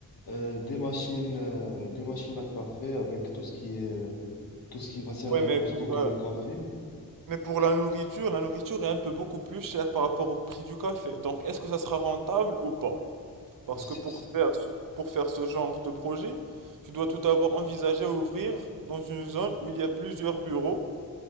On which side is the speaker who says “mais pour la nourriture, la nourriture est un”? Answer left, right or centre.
Right